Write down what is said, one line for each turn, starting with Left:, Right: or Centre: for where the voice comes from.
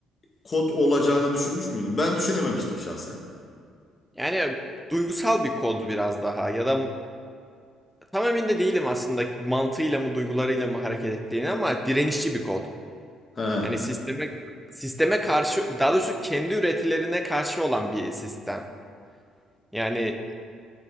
Left: kod olacağını düşünmüş müydün? Ben düşünememiştim şahsen.
Centre: Yani duygusal bir kod biraz daha ya da tam emin de değilim aslında mantığıyla mı duygularıyla mı hareket ettiğini ama direnişçi bir kod.
Left: Ha.
Centre: Yani sisteme sisteme karşı daha doğrusu kendi üretilerine karşı olan bir sistem. Yani